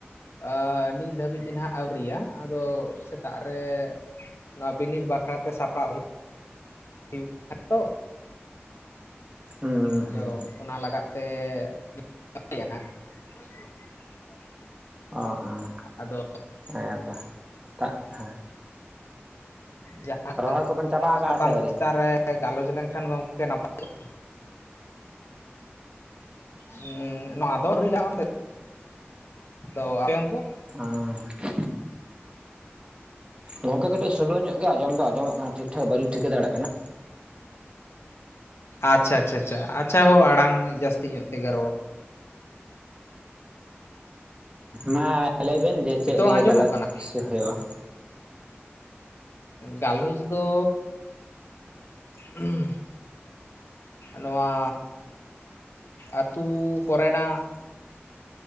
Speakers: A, on the left; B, on the right.
A: ᱟ ᱱᱤᱛ ᱫᱷᱟᱹᱵᱤᱡ ᱱᱟᱦᱟᱜ ᱟᱹᱣᱨᱤᱭᱟ, ᱟᱫᱚ ᱥᱮᱛᱟᱜ ᱨᱮ ᱱᱚᱣᱟ ᱵᱤᱱᱤᱰ ᱵᱟᱠᱷᱨᱟ ᱛᱮ ᱥᱟᱯᱲᱟᱣ ᱦᱩᱭᱩᱜ ᱠᱟᱱᱟ ᱛᱚ᱾
B: ᱦᱩᱸ
A: ᱟᱫᱚ
B: ᱦᱩᱸ ᱦᱩᱸ
A: ᱚᱱᱟ ᱞᱟᱜᱟᱫ ᱛᱮ <unintelligible>
B: ᱚ ᱦᱮᱸ
A: ᱟᱫᱚ
B: ᱦᱮᱸᱛᱚ ᱛᱟᱜ ᱦᱮᱸ᱾
A: ᱡᱟᱦᱟᱸ
B: ᱨᱚᱦᱚᱭ ᱠᱚᱵᱮᱱ ᱪᱟᱵᱟ ᱠᱟᱜᱼᱟ
A: ᱥᱟᱛᱟᱢ
B: ᱥᱮ ᱟᱹᱣᱨᱤ?
A: ᱪᱮᱛᱟᱱ ᱨᱮ ᱜᱟᱞᱚᱪ ᱞᱮᱱᱠᱷᱟᱱ ᱜᱚᱝᱠᱮ ᱱᱟᱯᱟᱭ ᱠᱚᱜᱼᱟ? ᱦᱚᱸ ᱱᱚᱣᱟ ᱫᱚ ᱟᱨᱤᱞᱟᱝ ᱚᱱᱛᱮ ᱛᱚ ᱟᱯᱮ ᱚᱱᱛᱮ ᱫᱚ?
B: ᱦᱮᱸ ᱜᱚᱢᱠᱮ ᱠᱟᱴᱤᱡ ᱥᱚᱞᱳ ᱧᱚᱜ ᱜᱮ ᱟᱸᱡᱚᱢ ᱫᱚ ᱟᱡᱚᱢᱚᱜ ᱠᱟᱱᱟ, ᱴᱷᱤᱠ ᱴᱷᱟᱠ ᱵᱟᱹᱞᱤᱧ ᱴᱷᱤᱠᱟᱹ ᱫᱟᱲᱮᱭᱟᱜ ᱠᱟᱱᱟ᱾
A: ᱟᱪᱪᱷᱟ ᱟᱪᱪᱷᱟ ᱟᱪᱪᱷᱟ ᱟᱪᱪᱷᱟ ᱦᱳ ᱟᱲᱟᱝ ᱡᱟᱹᱥᱛᱤ ᱧᱚᱜ ᱛᱮᱜᱮ ᱨᱚᱲ
B: ᱢᱟ ᱞᱟᱹᱭ ᱵᱮᱱ ᱡᱮ ᱪᱮᱫ
A: ᱱᱤᱛᱚᱜ
B: ᱞᱤᱭᱟᱹ
A: ᱟᱸᱡᱚᱢᱚᱜ
B: ᱜᱟᱞᱚᱪ
A: ᱠᱟᱱᱟ
B: ᱦᱩᱭᱩᱜᱼᱟ?
A: ᱜᱟᱞᱚᱪ ᱫᱚ <unintelligible> ᱱᱚᱣᱟ ᱟᱹᱛᱩ ᱠᱚᱨᱮᱱᱟᱜ